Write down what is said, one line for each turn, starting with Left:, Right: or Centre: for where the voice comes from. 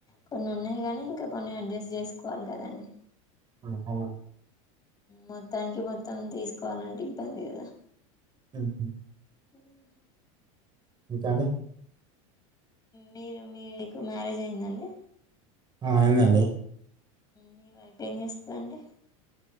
Left: కొన్ని ఉన్నాయి గానీ ఇంకా కొ అడ్జస్ట్ చేసుకోవాలి కదండీ
Right: హా హా
Left: మొత్తనికి మొత్తం తీసుకోవాలంటే ఇబ్బంది కదా
Right: హు హు
Left: అవునా
Right: ఇంక అండి
Left: మీరు మీకు మ్యారేజ్ అయింద అండి
Right: ఆ అయింది అండి
Left: మీ వైఫ్ ఏం చేస్తదండి